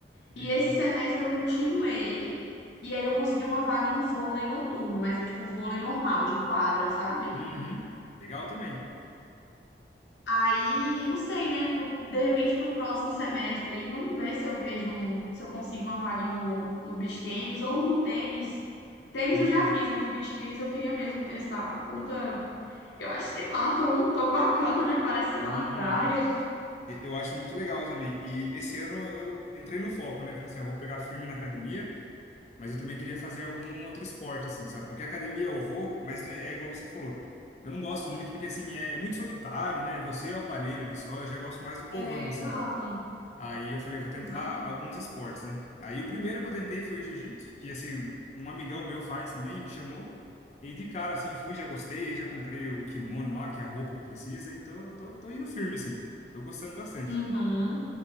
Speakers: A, on the left; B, on the left.
A: legal.
B: e esse semestre eu continuei. E aí eu consegui uma vaga no vôlei noturno, mas é tipo vôlei normal, de quadra, sabe?
A: Uhum, legal também.
B: Aí, não sei, né? pro- De repente, pro próximo semestre aí, vamos ver se eu vejo um, se eu consigo uma vaga no, no beach tênis ou no tênis. Tênis
A: Uhum,
B: eu já fiz, mas o beach tênis eu queria mesmo testar por conta, eu acho, sei lá, tão, tão bacana, né? Parece que você tá
A: uhum.
B: na praia. <laughs>
A: E- Eu acho muito legal também. E esse ano eu entrei no foco, né? Falei assim, eu vou pegar firme na academia, mas eu também queria fazer algum outro esporte, assim, sabe? Porque academia eu vou, mas é, é igual você falou. Eu não gosto muito porque, assim, é, é muito solitário, né? Você e o aparelho ali só, eu já gosto mais do povão,
B: É,
A: assim.
B: exato,
A: Aí eu falei, eu vou tentar
B: exatamente.
A: alguns esportes, né? Aí o primeiro que eu tentei foi o jiu-jitsu, que, assim, um amigão meu faz também, me chamou. E de cara, assim, fui, já gostei, aí já comprei o kimono lá, que é a roupa que precisa, e tô, tô, tô indo firme, assim. Tô gostando bastante.
B: Uhum,